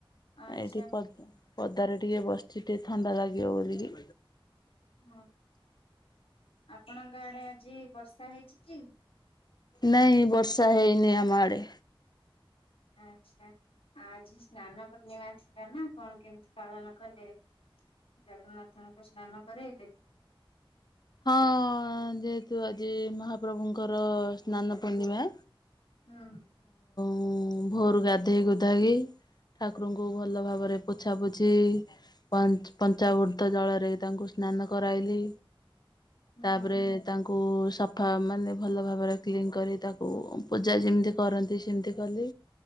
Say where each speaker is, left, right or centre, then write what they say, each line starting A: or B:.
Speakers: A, on the left (about 85°); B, on the left (about 50°).
A: ଆଚ୍ଛା
B: ଏଇଠି ପ ପଦାରେ ଟିକେ ବସିଚି ଟିକେ ଥଣ୍ଡା ଲାଗିିବ ବୋଲିକି।
A: ହଁ ଆପଣଙ୍କ ଆଡେ ଆଜି ବର୍ଷା ହେଇଛି କି?
B: ନାଇଁ ବର୍ଷା ହେଇନି ଆମ ଆଡ଼େ।
A: ଆଛା ଆଜି ସ୍ନାନ ପୂର୍ଣ୍ଣିମା ଥିଲା ନା କଣ କେମିତି ପାଳନ କଲେ? ଜଗନ୍ନାଥ ନଙ୍କ ସ୍ନାନ କରରେଲେ
B: ହଁ ଯେହେତୁ ଆଜି ମହାପ୍ରଭୁଙ୍କର ସ୍ନାନ ପୂର୍ଣ୍ଣିମା
A: ହଁ।
B: ଉଁ ଭୋରୁ ଗାଧେଇ ଗୁଧେଇକି ଠାକୁରଙ୍କୁ ଭଲ ଭାବରେ ପୋଛା ପୋଛି ପଞ୍ଚାବୃତ ଜଳରେ ତାଙ୍କୁ ସ୍ନାନ କରାଇଲି।
A: ହୁଁ
B: ତାପରେ ତା ଙ୍କୁ ସଫା ମାନେ ଭଲ ଭାବରେ କ୍ଲିନ୍ କରି ତାକୁ ପୂଜା ଯେମିତି କରନ୍ତି ସେମିତି କଲି